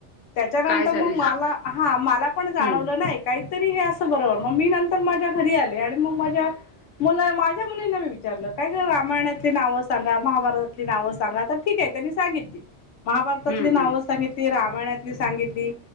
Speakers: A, on the left; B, on the left.
A: त्याच्यानंतर
B: काय झाली?
A: मग मला
B: हां.
A: हा मला पण जाणवलं
B: हं,
A: नाही काही तरी हे असं बरोबर मग मी नंतर माझ्या घरी आले आणि मग माझ्या मु माझ्या मुलींना मी विचारलं काय का रामायणाचे नाव सांगा? मभारतातली नाव सांगा तर ठीक त्यांनी सांगितली महाभारतातली
B: हं,
A: नाव
B: हं.
A: सांगितली राम यणली सांगितली